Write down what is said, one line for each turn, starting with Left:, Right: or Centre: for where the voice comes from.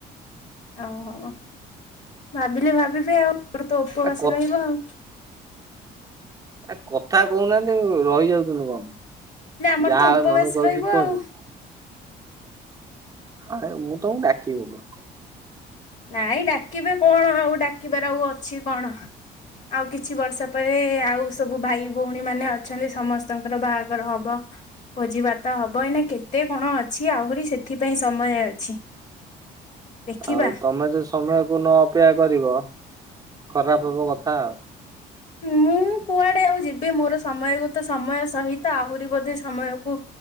Left: ଓହୋ ଭାବିଲେ ଭାବିବେ <inaudible> ତ ଉପବାସ
Right: ଆ କ
Left: ରହିବ ଆଉ
Right: ଆ କଥା କହୁନାହାନ୍ତି ରହିଯାଉଛନ୍ତି କଣ ପାଇଁ
Left: ନା ଆମର
Right: ଯାହା
Left: ତ ଉପବାସ
Right: ଆଉ ମନକୁ
Left: ରହିବ
Right: ଆଉଚ଼ି କୁହନ୍ତୁ
Left: ଆଉ।
Right: ଆରେ ମୁଁ ତମକୁ ଡାକିବିନି
Left: ନାଇଁ ଡାକିବେ କଣ ଆଉ ଡାକିବାର ଆଉ ଅଛି କଣ ଆଉ କିଛି ବର୍ଷ ପରେ ଆଉ ସବୁ ଭାଇ ଭଉଣୀ ମାନେ ଅଛନ୍ତି ସମସ୍ତଙ୍କର ବାହାଘର ହବ ଭୋଜି ଭାତ ହବ ଏଇନା କେତେ କଣ ଅଛି ଆହୁରି ସେଥିପାଇଁ ସମୟ ଅଛି ଦେଖିବା
Right: ଆଉ ତମେ ଯୋଉ ସମୟକୁ ନ ଅପେକ୍ଷା କରିବ ଖରାପ ହବ କଥା ଆଉ
Left: ମୁଁ କୁଆଡେ ଆଉ ଯିବି ମୋର ସମୟକୁ ତ ସମୟ ସହିତ ଆହୁରି ବୋଧେ ସମୟକୁ